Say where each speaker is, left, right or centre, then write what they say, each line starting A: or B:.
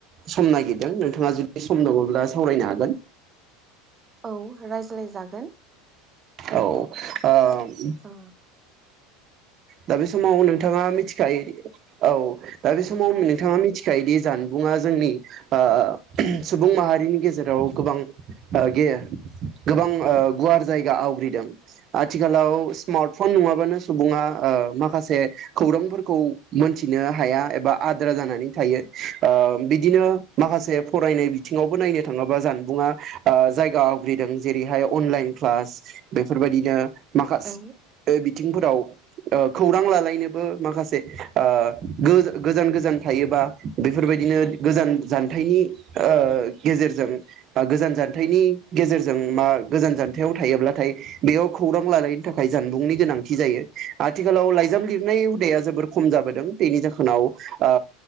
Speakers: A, on the right; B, on the right.
A: सम नागिरदों नोंथाङा जुदि सम दङ'ब्ला सावरायनो हागोन
B: औ रायज्लाय जागोन।
A: औ आ <inaudible>
B: ओ
A: दा बे समाव नोंथाङा मिथिखायो। औ दा बे समाव
B: ओं।
A: नोंथाङा मिथि खायो दि जानबुङा जोंनि आ सुबुं माहारिनि गेजेराव गोबां ओ गे गोबां ओ गुवार जायगा आवग्रिदों। आथिखालाव स्मार्टफन नङाबानो सुबुङा आ माखासे खौरांफोरखौ मोनथिनो हाया एबा आद्रा जानानै थायो। ओ बिदिनो माखासे फरायनाय बिथिङावबो नायनो थाङोबा जानबुङा जायगा आ आवग्रिदों। जेरैहाय अनलाइन क्लास बेफोरबायदिनो माखास
B: औ
A: बे बिथिंफोराव ओ खौरां लालायनोबो माखासे ओ गोज गोजान गोजान थायोबा बेफोरबायदिनो गोजान जानथाइनि ओ गेजेरजों ओ गोजान जानथाइनि गेजेरजों मा गोजान जानथायाव थायोब्लाथाय बेयाव खौरां लालायनो थाखाय जानबुंनि गोनांथि जायो। आथिखालाव लाइजाम लिरनाय हुदाया जोबोर खम जाबोदों। बेनि जाहोनाव आ